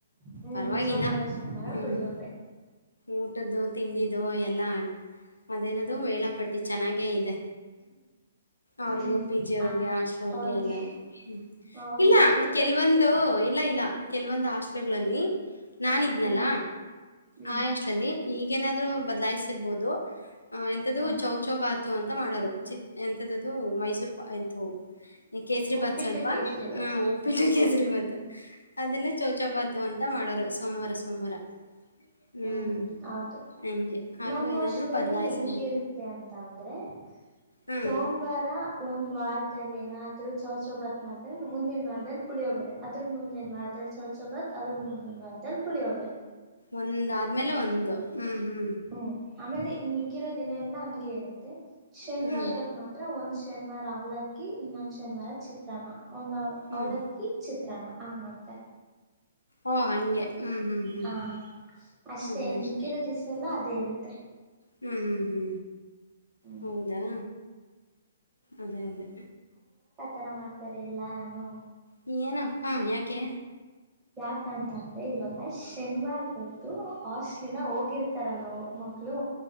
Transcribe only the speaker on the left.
ಪರವಾಗಿಲ್ಲ
ಹ್ಮ್.
ಊಟದ್ದು ತಿಂಡಿದು ಎಲ್ಲಾ ಆ ಅದೇನದು ವೇಳಾಪಟ್ಟಿ ಚೆನ್ನಾಗೇ ಇದೆ ಅವ್ರಿಗೂ
ಪಿ ಜಿ ಅವ್ರಗೆ
ಆಸ್ಲ ಅವ್ರಗೆ
ಎಲ್ಲಾರ್ಗು
ಇಲ್ಲ
ಕೆಲ್ವೊಂದು ಇಲ್ಲ ಇಲ್ಲ ಕೆಲವೊಂದು ಹಾಸ್ಟೆಲ್ನಲ್ಲಿ ನಾನುದ್ನಲ್ಲ
ಆ ಹಾಸ್ಲಲ್ಲಿ ಈಗೇನಾದ್ರು ಬದ್ಲಾಯಿಸಿರ್ಬಹುದು ಎಂತದ್ದು
ಚೌಚೌಬಾತ್ ಅಂತ ಮಾಡರು ಚಿತ್ ಎಂತದದು ಮೈಸೂರು ಎಂತ ಈ ಕೇಸರಿ
ಭಾತ್ ಸ್ವಲ್ಪ
ಹ ಉಪ್ಪಿಟ್ಟ ಕೇಜ್ರಿಬಾತು ಅದನ್ನ ಚೌಚಭಾತು ಅಂತ ಮಾಡೋರು ಸೋಮವಾರ ಸೋಮವಾರ ಹ್ಮ್
ಹಂಗೆ ಅದು
ಏನಾದ್ರು
ಬದಲಾಯಿಸಿದ್ದು
ಹ್ಮ್
ಒಂದ್ ಆದ್ಮೇಲೆ ಒಂದು ಹೂ ಹೂ
ಹ್ಮ್
ಹ್ಮ್
ಓ ಹಂಗೆ ಹ್ಮ್ ಹ್ಮ್ ಹ್ಮ್
ಅದೇ
ಅದೇ
ಹೂ ಹೂ ಹೂ
ಹೌದಾ ಅದೇ ಅದೇ
ನೀ ಏನ ಹಾ ಯಾಕೆ